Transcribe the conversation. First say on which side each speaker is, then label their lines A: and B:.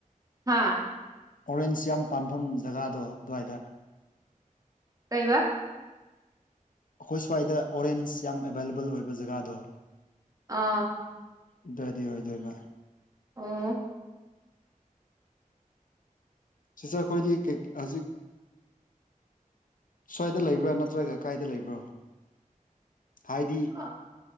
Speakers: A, on the right; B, on the left.
A: ꯍꯥꯥ
B: ꯑꯣꯔꯦꯟꯖ ꯌꯥꯝ ꯄꯥꯟꯐꯝ ꯖꯒꯥꯗꯣ ꯑꯗꯨꯋꯥꯏꯗ
A: ꯀꯩꯕ
B: ꯑꯩꯈꯣꯏ ꯁ꯭ꯋꯥꯏꯗ ꯑꯣꯔꯦꯟꯁ ꯌꯥꯝ ꯑꯦꯕꯥꯏꯂꯦꯕꯜ ꯑꯣꯏꯕ ꯖꯒꯥꯗꯣ
A: ꯑꯥ
B: ꯑꯗꯨꯏꯗꯦ ꯑꯣꯏꯗꯣꯏ ꯚ
A: ꯑꯣ
B: ꯁꯤꯁꯇꯔ ꯍꯣꯏ ꯗꯤ ꯀꯩ ꯍꯧꯖꯤꯛ ꯁ꯭ꯋꯥꯏꯗ ꯂꯩꯕ꯭ꯔꯥ ꯅꯠꯇ꯭ꯔꯒ ꯀꯥꯏꯗ ꯂꯩꯕ꯭ꯔꯣ ꯍꯥꯏꯗꯤ
A: ꯍꯥ